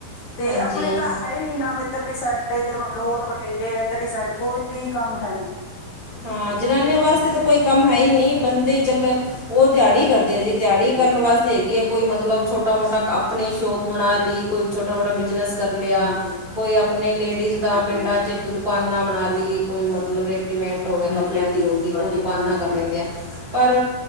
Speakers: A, on the left; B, on the right.
A: ਤੇ
B: ਹਾਂਜੀ
A: ਆਪਣੇ ਤਾਂ ਹੈ ਨੀ ਨਾਮ ਇੱਧਰਲੀ ਸਾਈਡ ਇੱਧਰ ਮਲੋਟ ਬਠਿੰਡੇ ਇੱਧਰਲੀ ਸਾਈਡ ਕੋਈ ਕੋਈ ਕੰਮ ਹੈ ਨੀ
B: ਹਾਂ ਜਨਾਨੀਆਂ ਵਾਸਤੇ ਤਾਂ ਕੋਈ ਕੰਮ ਹੈ ਹੀ ਨਹੀਂ ਬੰਦੇ ਚੱਲ ਉਹ ਦਿਹਾੜੀ ਕਰਦੇ ਜੀ ਦਿਹਾੜੀ ਕਰਨ
A: ਹਾਂ,
B: ਵਾਸਤੇ ਹੈਗੀ ਆ ਕੋਈ ਮਤਲਬ ਛੋਟਾ ਮੋਟਾ ਆਪਣੇ ਸ਼ੋਪ ਬਣਾ ਲਈ ਕੋਈ ਛੋਟਾ ਮੋਟਾ ਬਿਜਨਸ ਕਰ ਲਿਆ
A: ਹਾਂਜੀ
B: ਕੋਈ ਆਪਣੇ ਲੇਡੀਜ਼ ਦਾ
A: ਹਾਂਜੀ
B: ਪਿੰਡਾਂ ਚ ਕੋਈ ਦੁਕਾਨਾਂ ਬਣਾ ਲਈ ਕੋਈ ਮਤਲਬ ਰੇਡੀਮੇਟ ਹੋ ਗਿਆ
A: ਹਾਂਜੀ
B: ਕੱਪੜਿਆਂ
A: ਹਾਂਜੀ
B: ਦੀ ਹੋ ਗਈ
A: ਤੁਹਾਡੀ
B: ਉਹ ਦੁਕਾਨਾਂ
A: ਹਾਂਜੀ
B: ਕਰ ਲੈਂਦਿਆ ਹੈ ਪਰ